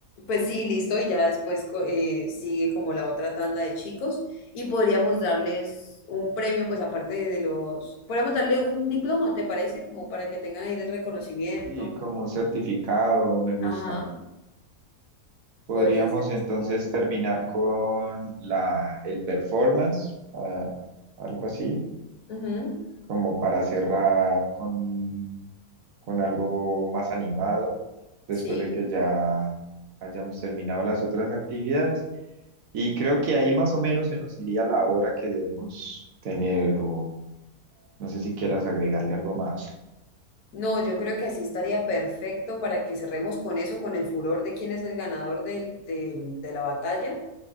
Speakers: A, on the left; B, on the right.
A: pues sí, listo, y ya después co- eh, sigue como la otra tanda de chicos y podríamos darles un premio, pues aparte de los, podríamos darle un diploma, ¿te parece? Como para que tengan ahí el reconocimiento.
B: Sí, como un certificado, me gusta.
A: Ajá,
B: Podríamos
A: podría ser
B: entonces
A: así.
B: terminar con la, el performance, ah, algo así,
A: Ujú,
B: como para cerrar con, con algo más animado, después
A: sí.
B: de que ya hayamos terminado las otras actividades. Y creo que ahí más o menos se nos iría la hora que debemos tener, o no sé si quieras agregarle algo más.
A: No, yo creo que así estaría perfecto para que cerremos con eso, con el furor de quién es el ganador del- del- de la batalla